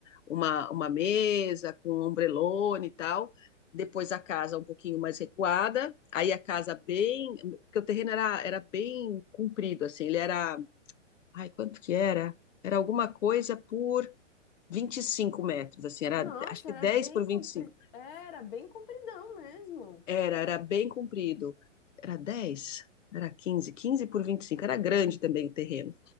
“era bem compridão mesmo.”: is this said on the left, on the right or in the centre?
Left